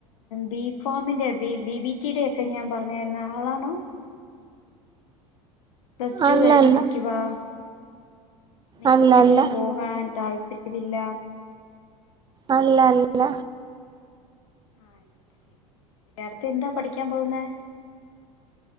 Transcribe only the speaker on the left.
ബി ഫാമിന്റെ ബി ബി ബറ്റിയുടെ ഒക്കെ ഞാൻ പറഞ്ഞായിുന്ന ളണോ? പ്ലസ് ടു
കഴിഞ്ഞ് നിക്കുവാ നേഴ്സിങ്ങിന്
പോകാൻ താല്പര്യമില്ല
എ അയിക്കോട്ടെ ശെരി ശെരി അടുത്തെന്താ പഠിക്കാൻ പോവുന്നെ